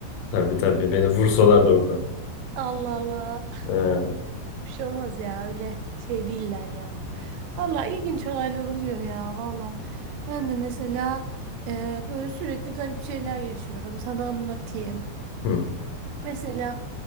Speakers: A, on the left (about 85°); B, on the right (about 85°).
A: Tabii tabii beni vursalardı orada.
B: Allah Allah.
A: Ee,
B: Bir şey olmaz ya öyle şey değiller ya. Valla ilginç olaylar oluyor ya valla. Ben de mesela e, böyle sürekli garip şeyler yaşıyorum. Sana anlatayım.
A: hı,
B: Mesela